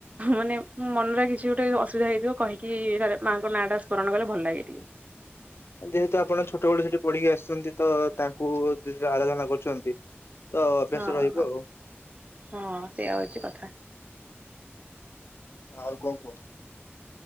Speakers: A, on the right (about 35°); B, on the left (about 65°).
A: ମାନେ ମନରେ କିଛି ଗୋଟେ ଅସୁବିଧା ହେଇଥିବ କହିକି ମାଙ୍କ ନାଁଟା ସ୍ମରଣ କଲେ ଭଲ ଲାଗେ ଟିକେ।
B: ଯେହେତୁ ଆପଣ ଛୋଟବେଳୁ ସେଇଠି ପଢ଼ିକି ଆସୁଛନ୍ତି ତ, ତାଙ୍କୁୁଇ ଆରାଧନା କରୁଛନ୍ତି। ତ ଅଭ୍ୟାସ
A: ହଁ
B: ରହିବ
A: ହଁ
B: ଆଉ
A: ସେଇୟା ହଉଛି କଥା।
B: ଆଉ କଣ କୁହ?